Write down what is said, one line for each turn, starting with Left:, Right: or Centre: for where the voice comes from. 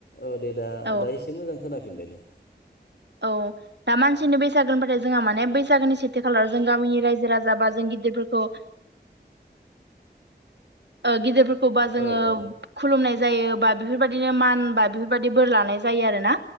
Left: औ दे दा
Right: औ
Left: दा एसे मोजां खोनाफिनबाय दे।
Right: औ। दा मानसिनि बैसागो होनबाथाय जोंहा माने बैसागोनि सेथि खालाराव जों गामिनि रायजो राजा बा जों गिदिरफोरखौ ओं गिदिरफोरखौबा जोङो
Left: औ औ
Right: खुलुमनाय जायो बा बेफोरबायदिनो मान बा बेफोरबायाददि बोर लानाय जायो आरोना